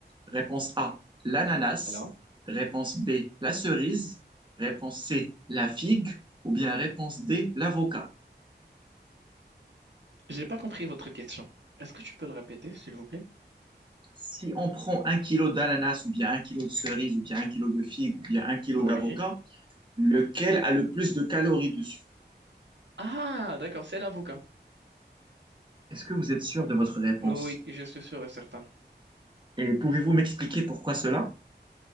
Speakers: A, on the right (about 25°); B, on the right (about 80°).
A: Réponse A, l'ananas.
B: Alors,
A: Réponse B, la cerise. Réponse C, la figue. Ou bien réponse D, l'avocat.
B: j'ai pas compris votre question. Est-ce que tu peux le répéter, s'il vous plaît?
A: Si on prend un kilo d'ananas ou bien un kilo de cerise ou bien un kilo de figue ou bien un kilo d'avocat,
B: Oui.
A: lequel a le plus de calories dessus
B: Ah, d'accord, c'est l'avocat.
A: Est-ce que vous êtes sûr de votre réponse
B: Oui, je suis sûr et certain.
A: Et pouvez-vous m'expliquer pourquoi cela